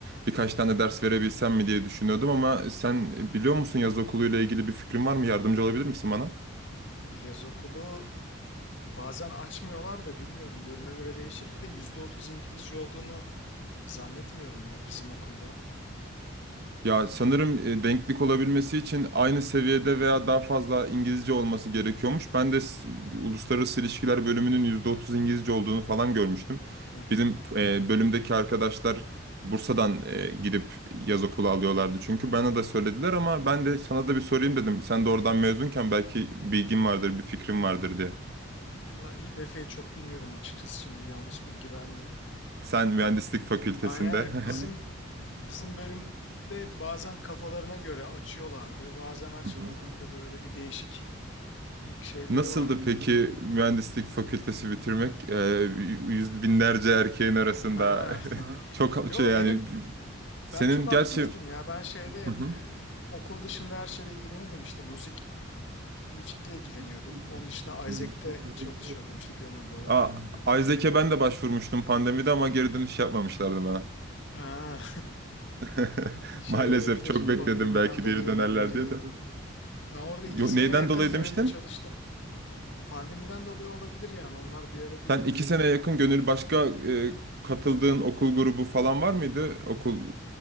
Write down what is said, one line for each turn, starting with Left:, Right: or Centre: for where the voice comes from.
Right: birkaç tane ders verebilsem mi diye düşünüyordum ama sen biliyor musun yaz okuluyla ilgili bir fikrin var mı? Yardımcı olabilir misin bana?
Left: Yaz okulu bazen açmıyorlar da bilmiyorum bölüme göre değişir. Bir de %30 İngilizce olduğunu zannetmiyorum ya bizim okulda.
Right: Ya sanırım e, denklik olabilmesi için aynı seviyede veya daha fazla İngilizce olması gerekiyormuş. Ben de s- uluslararası ilişkiler bölümünün %30 İngilizce olduğunu falan görmüştüm.
Left: Hı hı.
Right: Bizim e, bölümdeki arkadaşlar Bursa'dan e, gidip yaz okulu alıyorlardı çünkü bana da söylediler ama ben de sana da bir sorayım dedim. Sen de oradan mezunken belki bilgin vardır, bir fikrin
Left: Hmm.
Right: vardır diye.
Left: Valla İBF'yi çok bilmiyorum açıkçası şimdi yanlış bilgi vermeyeyim.
Right: Sen
Left: Ama
Right: mühendislik fakültesinde.
Left: Aynen aynen.
Right: <laughs>
Left: bizim bizim bölümde bazen kafalarına göre açıyorlardı, bazen açmıyorlardı.
Right: Hı hı.
Left: Böyle bir değişik bir şeyleri
Right: Nasıldı
Left: vardı.
Right: peki
Left: <clears throat>
Right: mühendislik fakültesi bitirmek? Ee, yüz binlerce erkeğin arasında
Left: Ha. <laughs>
Right: <laughs> çok
Left: Yo
Right: şey yani
Left: benim
Right: senin
Left: ben çok aktiftim
Right: gerçi
Left: ya. Ben şeyde
Right: Hı
Left: hep
Right: hı.
Left: e, okul dışında her şeyle ilgileniyordum işte müzik müzikle ilgileniyordum.
Right: Hı hı.
Left: Onun dışında Isaac'te çalışıyordum işte gönüllü olarak.
Right: Aa, Isaac'e ben de başvurmuştum pandemide ama geri dönüş yapmamışlardı bana.
Left: Ha.
Right: <laughs>
Left: <laughs> Şey
Right: Maalesef
Left: olabilir.
Right: çok bekledim
Left: Pandemiden
Right: belki
Left: dolayı
Right: geri dönerler
Left: olabilir
Right: diye
Left: ya.
Right: de.
Left: Ben orada
Right: Yo,
Left: iki sene
Right: neyden
Left: yakın
Right: dolayı
Left: gönüllü
Right: demiştin?
Left: çalıştım. Pandemiden dolayı olabilir yani. Onlar bir ara bir
Right: Sen iki sene yakın Gönül başka e, katıldığın okul grubu falan var mıydı? Okul